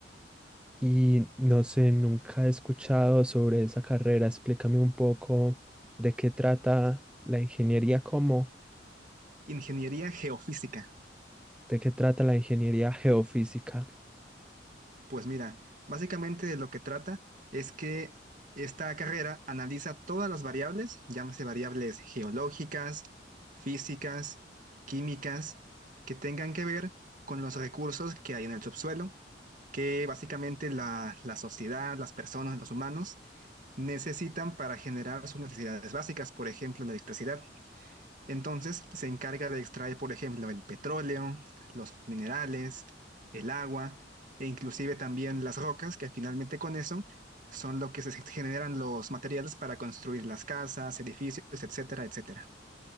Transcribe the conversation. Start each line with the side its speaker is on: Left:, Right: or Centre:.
Centre: Y no sé, nunca he escuchado sobre esa carrera. Explícame un poco de qué trata la ingeniería, cómo,
Right: Ingeniería Geofísica.
Centre: de qué trata la ingeniería geofísica.
Right: Pues mira, básicamente de lo que trata es que esta carrera analiza todas las variables, llámese variables geológicas, físicas, químicas, que tengan que ver con los recursos que hay en el subsuelo, que básicamente la, la sociedad, las personas, los humanos necesitan para generar sus necesidades básicas, por ejemplo, la electricidad. Entonces se encarga de extraer, por ejemplo, el petróleo, los minerales, el agua e inclusive también las rocas, que finalmente con eso son lo que se generan los materiales para construir las casas, edificios, etcétera, etcétera.